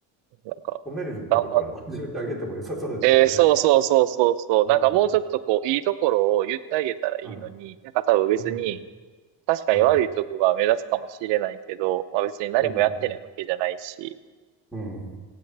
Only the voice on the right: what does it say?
なんか、
頑張って、そうそうそうそうそう、
なんかもうちょっとこう、いいところを言ってあげたらいいのに、
なんか多分別に、
確かに悪いとこが目立つかもしれないけど、
まあ別に何もやってないわけじゃないし、